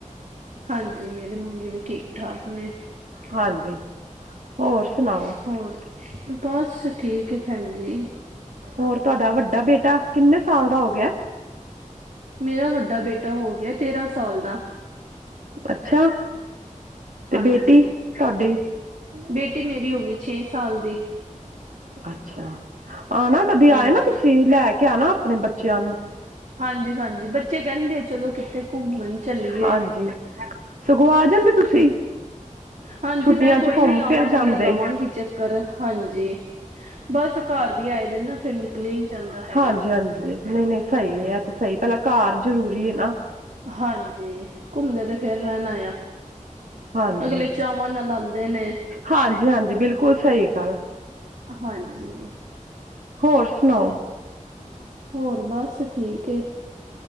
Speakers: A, on the right; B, on the right.
A: ਹਾਂਜੀ ਮੇਰੇ ਮੰਮੀ ਵੀ ਠੀਕ-ਠਾਕ ਨੇ।
B: ਹਾਂਜੀ। ਹੋਰ ਸੁਣਾਓ
A: ਹੋਰ, ਤੇ ਬਸ ਠੀਕ ਐ ਭੈਣ ਜੀ।
B: ਹੋਰ ਤੁਹਾਡਾ ਵੱਡਾ ਬੇਟਾ ਕਿੰਨੇ ਸਾਲ ਦਾ ਹੋ ਗਿਆ
A: ਮੇਰਾ ਵੱਡਾ ਬੇਟਾ ਹੋ ਗਿਆ ਤੇਰਾਂ ਸਾਲ ਦਾ।
B: ਅੱਛਾ। ਤੇ
A: ਹਾਂਜੀ,
B: ਬੇਟੀ ਤੁਹਾਡੀ
A: ਬੇਟੀ ਮੇਰੀ ਹੋ ਗਈ ਛੇ ਸਾਲ ਦੀ।
B: ਅੱਛਾ, ਆ ਨਾ ਕਦੇ
A: ਹਾਂਜੀ
B: ਆਏ ਨਾ ਤੁ ਸੀ ਲੈ ਕੇ ਆਣਾ ਆਪਣੇ ਬੱਚਿਆਂ ਨੂੰ।
A: ਹਾਂਜੀ-ਹਾਂਜੀ ਬੱਚੇ ਕਹਿੰਦੇ ਆ ਚਲੋ ਕਿਤੇ ਘੁੰਮਣ ਚਲੀਏ।
B: ਹਾਂਜੀ ਸਗੋਂ ਆ ਜਾਂਦੇ ਤੁਸੀਂ।
A: ਹਾਂਜੀ
B: ਛੁੱਟੀਆਂ
A: ਮੈਂ
B: 'ਚ
A: ਕੋਈ ਨੀ
B: ਘੁੰਮ
A: ਆਵਾਂਗੀ
B: ਫਿਰ ਜਾਂਦੇ
A: ਲਗਾਵਾਂਗੀ ਚੱਕਰ ਹਾਂਜੀ, ਬਸ ਘਰ ਵੀ ਆਏ ਦਿਨ ਨਾ ਫੇਰ ਨਿਕਲਿਆ ਏ ਨੀ ਜਾਂਦਾ ਹੈਗਾ।
B: ਹਾਂਜੀ ਹਾਂਜੀ। ਨਈ-ਨਈ ਸਈ ਐ 'ਤੇ ਸਈ ਪੈਲਾ ਘਰ ਜ਼ਰੂਰੀ ਏ ਨਾ।
A: ਹਾਂਜੀ ਘੁੰਮਦੇ 'ਤੇ ਫੇਰ ਰੈਂਨਾ ਆ।
B: ਹਾਂਜੀ,
A: ਅਗਲੇ ਚਾਵਾਂ ਨਾਲ ਆਉਂਦੇ ਨੇ
B: ਹਾਂਜੀ-ਹਾਂਜੀ ਬਿਲਕੁੱਲ ਸਈ ਗੱਲ।
A: ਹਾਂਜੀ।
B: ਹੋਰ ਸੁਣਾਓ?
A: ਹੋਰ ਬਸ ਠੀਕ ਏ,